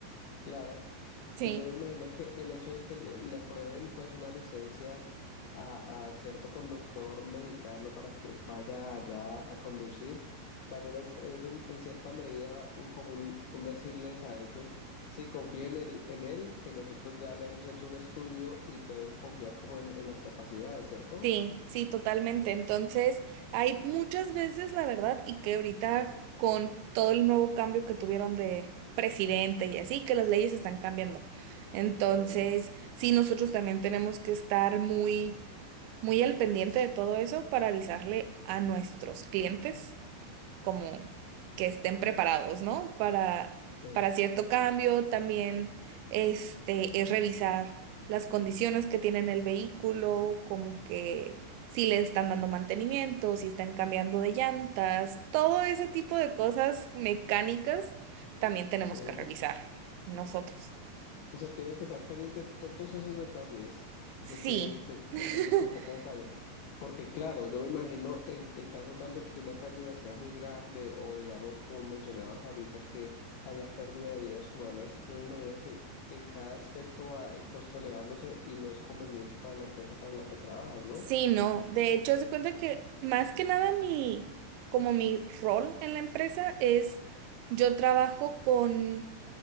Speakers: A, on the left (about 75°); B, on the right (about 85°).
A: Claro,
B: Sí,
A: y yo me imagino que el hecho de que le, le aprueben pues una licencia a, a cierto conductor mexicano para que vaya allá a conducir, también es, es en, en cierta medida un- como un, un decirles a ellos, sí, confíen en él, en él, que nosotros ya le hemos hecho un estudio y pueden confiar como en, en las capacidades, ¿cierto?
B: Sí, sí, totalmente. Entonces, hay muchas veces, la verdad, y que ahorita con todo el nuevo cambio que tuvieron de presidente y así, que las leyes están cambiando. Entonces,
A: Sí.
B: sí, nosotros también tenemos que estar muy, muy al pendiente de todo eso para avisarle a nuestros clientes como que estén preparados, ¿no? Para,
A: Sí.
B: para cierto cambio, también este, es revisar las condiciones que tienen el vehículo, como que si le están dando mantenimiento, si están cambiando de llantas, todo ese tipo de cosas mecánicas también tenemos
A: Sí.
B: que revisar nosotros.
A: O sea, tienes que estar pendiente de todos esos detalles, de
B: Sí.
A: que, de,
B: <laughs>
A: de que ellos tampoco fallen. Porque claro, yo me imagino en, en caso tal de que una pérdida sea muy grande o digamos, como mencionabas ahorita, que haya pérdida de vidas humanas, yo me imagino que en cada aspecto va el costo elevándose y no es conveniente para la empresa para la que trabajas, ¿no?
B: Sí, no. De hecho, se cuenta que más que nada mi, como mi rol en la empresa es, yo trabajo con,